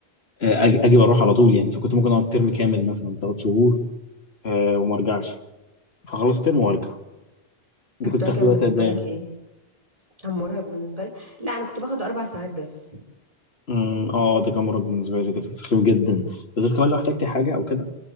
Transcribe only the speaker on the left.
آه، أج- أجي وأروح على طول يعني فكنت ممكن أقعد ترم كامل مثلا تلات شهور آه، وما أرجعش فخلص ترم وأرجع
أنت كنت بتاخد
وقت
قد إيه؟
أمم، اه ده كان مرة بالنسبة لي ده كان سخيف جدا بالذات كمان لو احتجت حاجة أو كده